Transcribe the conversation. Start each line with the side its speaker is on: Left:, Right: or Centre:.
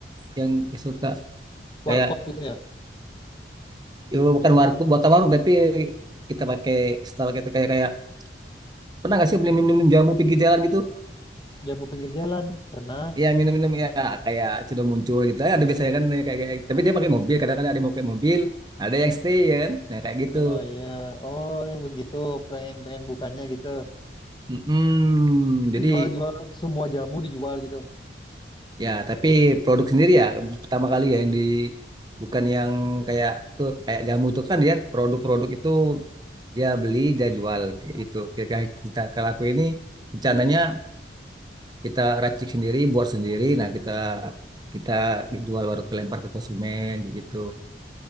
Right: yang suka kayak
Left: warkop gitu ya
Right: ya bukan warung bukan warung tapi kita pakai stall gitu kayak kayak pernah gak sih beli minum, minum jamu pinggir jalan gitu
Left: Jamu pinggir jalan pernah.
Right: Iya minum-minum ya kayak sudah muncul gitu. Eh, Ada biasanya kan kayak, kayak tapi dia pakai mobil. Kadang-kadang ada yang pakai mobil, ada yang stay ya kan. Nah kayak gitu.
Left: Oh iya, oh yang begitu pengen pengen bukannya gitu.
Right: Mm-mm. Jadi
Left: Jual-jual semua jamu dijual gitu.
Right: ya tapi produk sendiri ya pertama kali ya yang di bukan yang kayak tuh kayak jamu tuh kan dia produk-produk itu dia beli dia jual kayak gitu. Kayak kita kalau aku ini rencananya kita racik sendiri, buat sendiri. Nah kita kita jual baru kelempar ke konsumen kayak gitu.